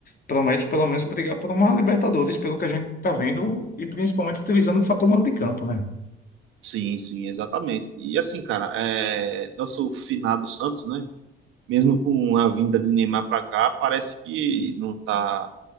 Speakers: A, on the left (about 45°); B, on the right (about 85°).
A: promete pelo menos brigar por uma Libertadores, pelo que a gente está vendo, e principalmente utilizando o fator mando de campo, né?
B: Sim, sim, exatamente. E assim, cara, é, nosso finado Santos, né? Mesmo com a vinda de Neymar para cá, parece que não tá